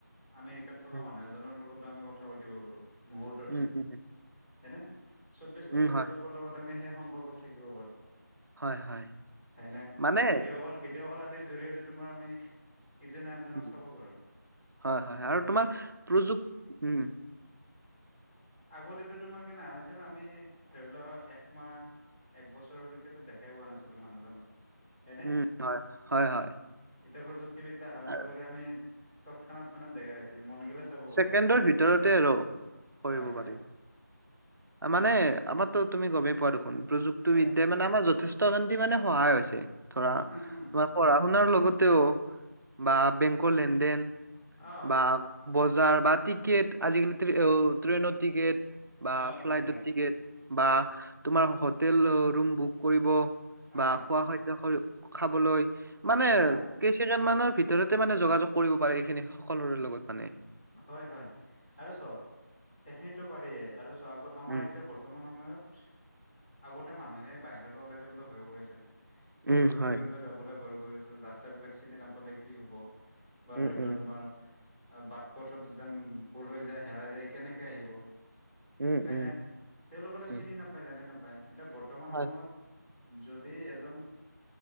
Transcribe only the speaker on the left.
আমেৰিকাত থকা
মানুহ এজনৰ লগতো আমি কথা পাতিব পাৰো। মুহূৰ্ততে,
হয়নে? চৌবিশ ঘন্টাই
তেওঁলোকৰ লগত আমি সেই সম্পৰ্কত থাকিব পাৰো।
হয়নে?
ভিডিঅ' কল, ভিডিঅ' কল আদিৰ জৰিয়তে তোমাৰ আমি ইজনে আনজনক
চাব পাৰোঁ।
আগতে তোমাৰ কেনে আহা নাছিল। আমি ধৰি ল একমাহ এক বছৰলৈকেতো দেখাই পোৱা নাছিলো মানুহজনক। হনে?
এতিয়া প্ৰযুক্তিবিদ্যা অহাৰ লগে-লগে
আমি তৎক্ষণাত মানে দে, মন গেলে চাব পাৰো
আৰু
হয় হয়
হয়
উম
উম
অ
অ
হয় হয়
অ
হা
হয় হয় আৰু চ' সেইখিনিতো পাৰিয়ে আৰু চোৱা আগৰ আমাৰ
এতিয়া বৰ্তমান সময়ত আগতে মানুহে বাহিৰলৈ ওলাই যাবলৈ ভয় কৰিছিল। বা
দূৰ দূৰণিলৈ
যাবলৈ ভয় কৰিছিল। ৰাস্তাবিলাক চিনি নাপালে কি হব? বা
ধৰি লোৱা
তোমাৰ বাট পথতন যেন ভুল যায় হেৰাই যায় কেনেকে আহিব
হয়নে।
তেওঁলোকে তো
চিনি নাপায় জানি নাপায় এতিয়া বৰ্তমান
সময়ত যদি এজন